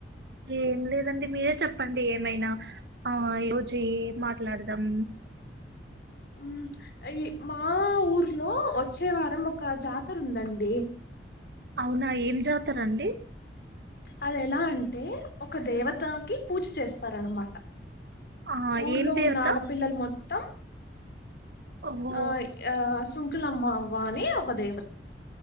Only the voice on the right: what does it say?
ఏం లేదండి మీరే చెప్పండి ఏమైనా ఆ ఈ రోజు ఏం మాట్లాడ్దాం.
అవునా ఏం జాతరండి.
ఆ
ఏం దేవత
ఓహో